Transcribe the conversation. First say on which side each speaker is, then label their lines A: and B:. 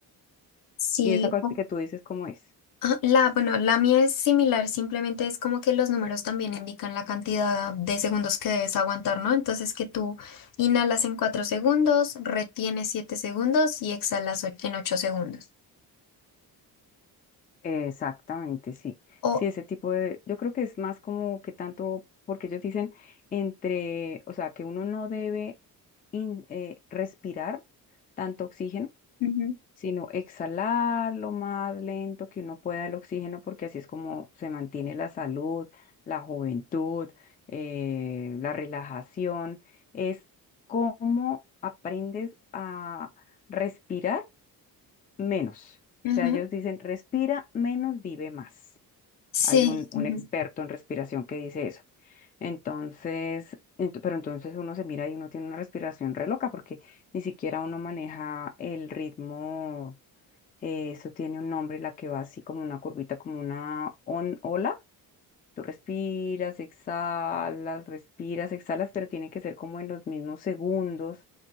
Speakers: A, on the left; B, on the left.
A: Sí,
B: ¿Y esa cosa que tú dices cómo es?
A: Ah, La, bueno, la mía es similar, simplemente es como que los números también indican la cantidad de segundos que debes aguantar, ¿no? Entonces que tú inhalas en 4 segundos, retienes 7 segundos y exhalas o- en 8 segundos.
B: Exactamente, sí.
A: O,
B: Sí, ese tipo de, yo creo que es más como que tanto, porque ellos dicen entre, o sea, que uno no debe in- eh, respirar tanto oxígeno,
A: Ujú.
B: sino exhalar lo más lento que uno pueda el oxígeno, porque así es como se mantiene la salud, la juventud, eh, la relajación. Es cómo aprendes a respirar menos.
A: Ujú,
B: O sea, ellos dicen, respira menos, vive más.
A: Sí,
B: Hay un, un
A: ujú,
B: experto en respiración que dice eso. Entonces, ent- pero entonces uno se mira y uno tiene una respiración re loca porque ni siquiera uno maneja el ritmo. eh, eso tiene un nombre, la que va así como una curvita, como una on- ola. Tú respiras, exhalas, respiras, exhalas, pero tiene que ser como en los mismos segundos